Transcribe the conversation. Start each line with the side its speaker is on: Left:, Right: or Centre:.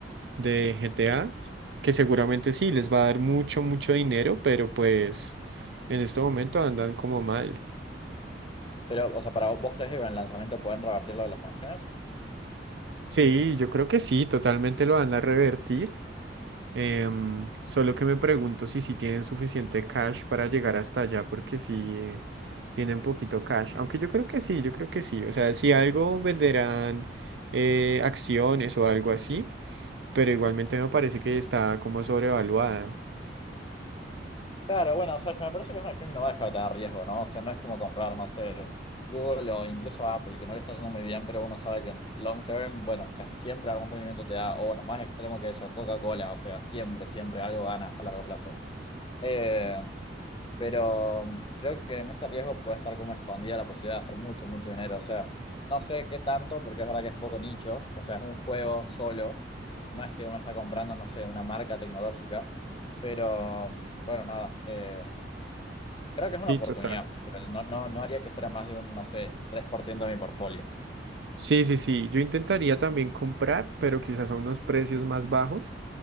Right: de GTA, que seguramente sí, les va a dar mucho, mucho dinero, pero pues en este momento andan como mal.
Left: Pero, o sea, para vos crees que con el lanzamiento pueden revertir lo de los márgenes?
Right: Sí, yo creo que sí, totalmente lo van a revertir. em, solo que me pregunto si sí tienen suficiente cash para llegar hasta allá, porque si tienen poquito cash. Aunque yo creo que sí, yo creo que sí. O sea, si algo venderán eh, acciones o algo así, pero igualmente me parece que está como sobrevaluada.
Left: Claro, bueno, o sea, me parece que es una acción que no va a dejar de tener riesgo, ¿no? O sea, no es como comprar, no sé, Google o incluso Apple, que no le está yendo muy bien, pero uno sabe que en long term, bueno, casi siempre algún rendimiento te da, o bueno, más extremo que eso, Coca-Cola, o sea, siempre, siempre algo ganas a largo plazo. Eh, pero creo que en ese riesgo puede estar como escondida la posibilidad de hacer mucho, mucho dinero. O sea, no sé qué tanto, porque es verdad que es un poco nicho, o sea, es un juego solo, no es que uno está comprando, no sé, una marca tecnológica, pero bueno, nada, eh, creo que es una
Right: Sí,
Left: oportunidad,
Right: total.
Left: pero no, no, no haría que fuera más de un, no sé, 3% de mi portfolio.
Right: Sí, sí, sí. Yo intentaría también comprar, pero quizás a unos precios más bajos,